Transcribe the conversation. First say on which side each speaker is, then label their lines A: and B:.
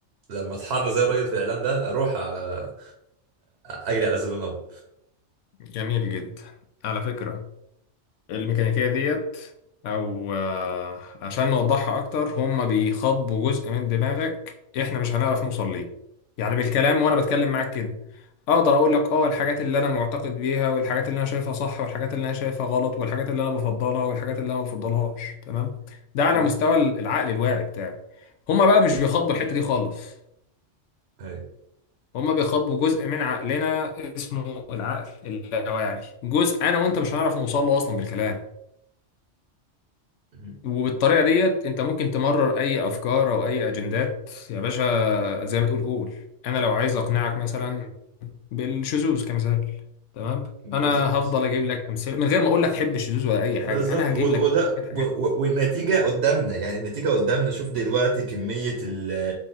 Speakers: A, on the right (about 65°); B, on the left (about 80°).
A: لما اتحر زي الراجل في الاعلان ده اروح أ- أ- اجري على 7 اب
B: جميل جدا على فكره الميكانيكية ديت أو آه، عشان نوضحها أكتر هما بيخاطبوا جزء من دماغك إحنا مش هنعرف نوصل ليه يعني بالكلام وأنا بتكلم معاك كده أقدر أقول لك أه الحاجات اللي أنا معتقد بيها والحاجات اللي أنا شايفها صح والحاجات اللي أنا شايفها غلط والحاجات اللي أنا بفضلها والحاجات اللي أنا ما بفضلهاش تمام ده على
A: مم.
B: مستوى العقل الواعي بتاعي هما بقى مش بيخاطبوا الحتة دي خالص
A: أي.
B: هما بيخاطبوا جزء من عقلنا اسمه العقل اللاواعي جزء أنا وأنت مش هنعرف نوصل له أصلا بالكلام
A: مم.
B: وبالطريقة ديت انت ممكن تمرر اي افكار او اي اجندات يا باشا زي ما تقول قول انا لو عايز اقنعك مثلا بالشذوذ كمثال تمام
A: بالظبط
B: انا هفضل اجيب لك امثله من غير ما اقول لك حب الشذوذ ولا اي حاجه
A: بالظبط
B: انا هجيب
A: و-
B: لك
A: وده
B: شويه حاجات
A: و- و- والنتيجة قدامنا يعني النتيجة قدامنا شوف دلوقتي كمية ال